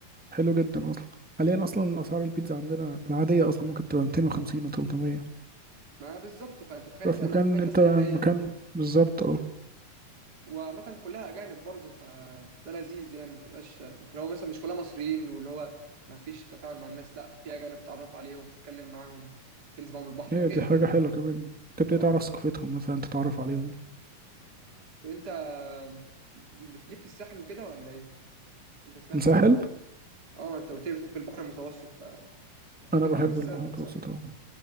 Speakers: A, in the centre; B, on the right (about 30°).
A: حلو جدا اصلا حاليا اصلا اسعار البيتزا عندنا العادية اصلا ممكن تبقى 250 و300
B: ما بالظبط فأنت تخيل
A: تبقى
B: مثلا
A: في مكان
B: إنك في حتة
A: انت
B: سياحية
A: مكان بالظبط اه
B: وعامة كلها أجانب برضه فده لذيذ يعني ما تبقاش اللي هو مثلا مش كلها مصريين واللي هو ما فيش تفاعل مع الناس لا في أجانب تتعرف عليهم تتكلم معاهم تنزل معاهم البحر
A: هي
B: كده
A: دي حاجة
B: فاهمني
A: حلوة كمان تبتدي
B: طبعا
A: تعرف ثقافتهم مثلا تتعرف عليهم
B: طب انت بتليك في الساحل وكده ولا ايه؟ انت سمعت
A: الساحل
B: بتحب اه ما انت قلت لي بتحب البحر المتوسط فاعتقد
A: أنا بحب
B: بتروح الساحل
A: البحر المتوسط
B: صح؟
A: أهو